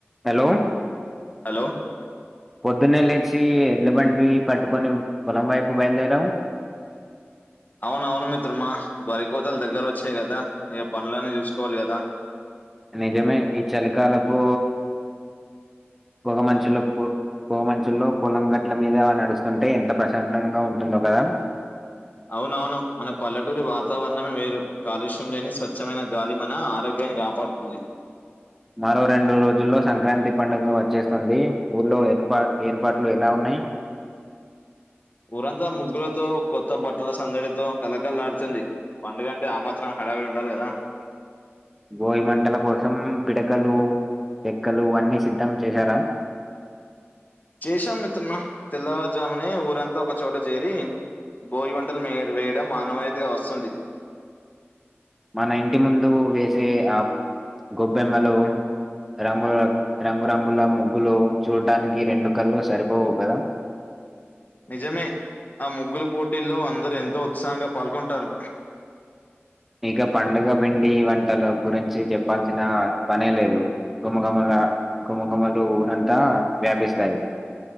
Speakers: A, in the centre; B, on the left.
A: hello
B: hello
A: పొద్దున్నే లేచి ఏండ్లబండి పట్టుకొని పొలం వైపు బయలుదేరావ్
B: అవునవును మిత్రమా వరి కోతల్ దగ్గర వచ్చాయి కదా ఇక పనులన్నీ చూసుకోవాలి కదా
A: నిజమే ఈ చలికాలపు పొగా మంచులపు పొగా మంచుల్లో పొలం గట్ల మీద నడుస్తుంటే ఎంత ప్రశాంతంగా ఉంటుందో కదా
B: అవునవును మన పల్లటూరి వాతావరణమే వేరు కాలుష్యం లేని స్వచ్మైన గాలి మన ఆరోగ్య కాని కాపాడుతుంది
A: మరో రెండు రోజుల్లో సంక్రాంతి పండుగ వచ్చేస్తుంది ఊర్లో ఏర్పా ఏర్పాట్లు ఎలా ఉన్నాయి
B: ఉరంతా ముగ్గులతో కొత్త బట్టల సందడితో కళ్లకల్లాడుతుంది పండుగంటే ఆమాత్రం హడావిడి ఉండాలి కదా
A: <inaudible> బోగి మంటల కోసం పిడకలు చెక్కలు అన్నీ సిద్ధం చేసారా <inaudible>
B: చేశాం మిత్రుమా తెల్లవారుజామునే ఊరంతా ఒకచోట చేరి భోగీ మంటలు వేయడం ఆనవాయితగా వస్తుంది
A: మన ఇంటి ముందు వేసే ఆ గొబ్బెమ్మలు రంగుల రంగురంగుల ముగ్గులు చూడ్టనికి రెండు కళ్లు సరిపోవు కదా <inaudible>
B: నిజమే ఆ ముగ్గుల పోటీల్లో అందరుూ ఎంతో ఉత్సాహంగా పాల్గొంటారు
A: <inaudible> ఇక పండుగ పిండి వంటల గురించి చెప్పాల్సిన పనే లేదు గుమగుమల గుమగుమలు ఊరంతా వ్యాపిస్తాయి